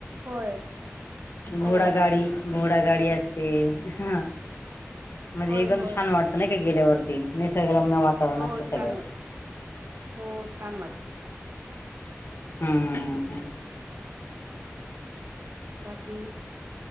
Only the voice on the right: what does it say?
होय हो
होय
होय
हो
छान
वाट हो छान वाटतं.
बाकी?